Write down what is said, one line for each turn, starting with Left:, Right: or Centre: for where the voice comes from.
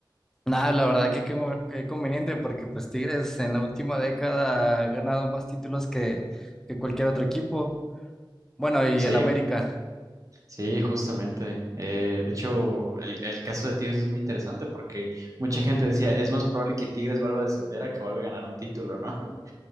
Centre: Nada, la verdad que qué, mo- qué conveniente porque pues Tigres en la última década ha ganado más títulos que, que cualquier otro equipo. Bueno, y
Right: Sí,
Centre: el América.
Right: Sí, justamente. Eh, de hecho, el, el caso de Tigres es muy interesante porque mucha gente decía, es más probable que Tigres vuelva a descender a que vuelva a ganar un título, ¿no? <laughs>